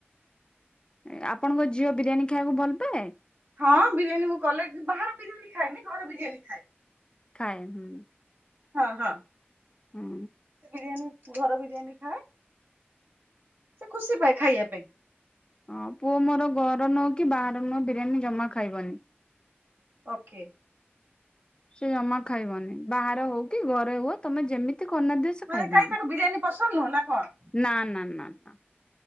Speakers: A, on the left; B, on the right.
A: ଏ ଆପଣଙ୍କ ଝିଅ ବିରିୟାନୀ ଖାଇଆକୁ ଭଲ ପାଏ?
B: ହଁ ବିରିୟାନୀ ମୁଁ କଲେ ବାହାର ବିରିୟାନୀ ଖାଏନି ଘର ବିରିୟାନୀ ଖାଏ।
A: ଖାଏ ହୁଁ।
B: ହଁ ହଁ।
A: ହୁଁ।
B: ବିରିୟାନୀ ଘର ବିରିୟାନୀ ଖାଏ। ସେ ଖୁସି ପାଏ ଖାଇଆ ପାଇଁ।
A: ହଁ ପୁଅ ମୋର ଘର ନୁଅ କି ବାହାରେ ନୁଅ ବିରିୟାନୀ ଜମା ଖାଇବନି।
B: ଓକେ।
A: ସେ ଜମା ଖାଇବନି ବାହାରେ ହଉ କି ଘରେ ହୁଅ ତମେ ଯେମିତି କରନି ନା ଦିଅ ସେ
B: ମାନେ
A: ଖାଇବନି।
B: କାଇଁ ତାକୁ ବିରିୟାନି ପସନ୍ଦ ନୁହଁ ନା କଣ?
A: ନା ନା ନା ନା